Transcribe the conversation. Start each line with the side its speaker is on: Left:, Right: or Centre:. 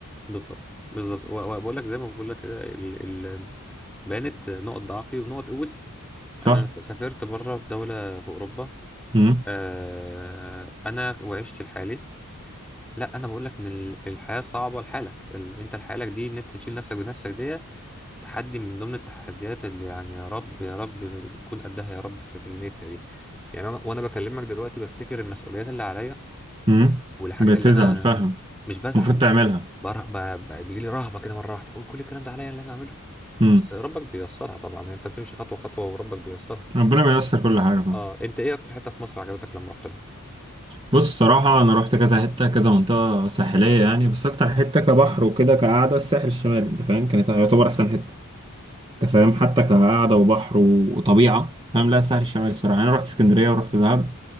Centre: بالظبط بالظبط وبقول لك زي ما بقول لك كده ال... ال... بانت نقط ضعفي ونقط قوتي
Right: صح
Centre: انا س- سافرت بره في دوله في اوروبا
Right: امم
Centre: آه... انا وعشت لحالي لا انا بقول لك ان ال- الحياه صعبه لحالك ال... انت لحالك دي ان انت تشيل نفسك بنفسك دي تحدي من ضمن التحديات اللي يعني يا رب يا رب نكون قدها يا رب في, في دنيتنا دي يعني انا وانا بكلمك دلوقتي بفتكر المسؤوليات اللي عليا
Right: امم
Centre: والحاجات
Right: بتزعل
Centre: اللي انا
Right: فاهم
Centre: مش بزعل
Right: المفروض تعملها
Centre: بره... ب... ب... بيجي لي رهبه كده مره واحده اقول كل الكلام ده عليا اللي انا اعمله
Right: امم
Centre: بس ربك بيسرها طبعا يعني انت بتمشي خطوه خطوه وربك بيسرها
Right: ربنا بييسر كل حاجه
Centre: اه انت ايه اكتر حته في مصر عجبتك لما رحت لها
Right: بص صراحة أنا روحت كذا حتة كذا منطقة ساحلية يعني بس أكتر حتة كبحر وكده كقعدة الساحل الشمالي أنت فاهم كانت يعتبر أحسن حتة أنت فاهم حتى كقعدة وبحر وطبيعة فاهم لا الساحل الشمالي الصراحة أنا روحت اسكندرية ورحت دهب